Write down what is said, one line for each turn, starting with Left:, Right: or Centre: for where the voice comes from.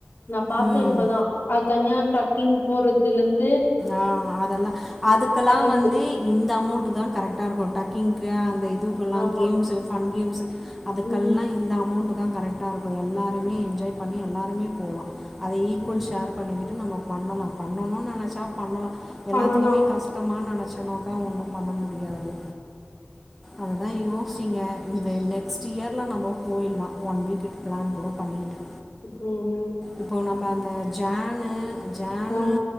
Left: நாப் பாத்த
Centre: ம்
Left: இப்பதா அத் தனியா ட்ரக்கிங் போறதுலந்து
Centre: ஆ அதலா அதுக்கலா
Left: இருக்கு
Centre: வந்தி இந்த அமௌண்ட்டுதான் கரெக்டா இருக்கு டக்கிங்கு அந்த இதுவ் பல்லாங்
Left: ஆமா
Centre: கேம்ஸ்சு ஃபன் கேம்ஸ்சு அதுக்கல்லா
Left: ம்
Centre: இந்த அமௌண்ட்டுதா கரெக் ட்டாருக்கு எல்லாருமே என்ஜாய் பண்ணி எல்லாருமே போலா அதை ஈக்குவல்
Left: ம்
Centre: ஷேர்ப்
Left: ம்
Centre: பண்ணிகிட்டு நம்ம பண்ணலா பண்ணணுன் நெனச்சாப் பண்ணலா எல்லாத்துகுமே
Left: பண்ணலா
Centre: காஸ்ட் த்தமா நெனச்சனோக்கா ஒன்னு பண்ண முடியாது அதுதா யோ சிங்க இந்த நெக்ஸ்ட் இயர்ல நம்ப போயில்லா ஒன் வீக்குக் பிளான் கூட பண்ணிகிட்டு
Left: ஹுஹும்
Centre: இப்போ நம்ம அந்த ஜேனு ஜேனு
Left: ஆ